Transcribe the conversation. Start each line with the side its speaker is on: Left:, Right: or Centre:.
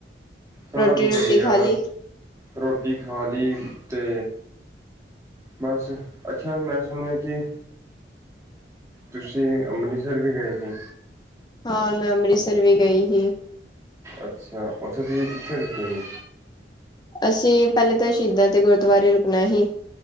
Right: ਸਭ
Left: ਰੋਟੀ ਰੂਟੀ
Right: ਵਧੀਆ
Left: ਖਾ ਲਈ।
Right: ਰੋਟੀ ਖਾ ਲਈ ਤੇ ਬਸ ਅੱਛਾ ਮੈਂ ਸੁਣਿਆ ਕਿ, ਤੁਸੀਂ ਅੰਮ੍ਰਿਤਸਰ ਵੀ ਗਏ ਸੀ।
Left: ਹਾਂ ਮੈਂ ਅੰਮ੍ਰਿਤਸਰ ਵੀ ਗਈ ਹੀ।
Right: ਅੱਛਾ ਉੱਥੇ ਤੁਸੀਂ ਕਿੱਥੇ ਰੁਕੇ ਜੇ
Left: ਅਸੀਂ ਪਹਿਲੇ ਤਾਂ ਸ਼ਹੀਦਾਂ ਤੇ ਗੁਰਦੁਆਰੇ ਰੁਕਣਾ ਸੀ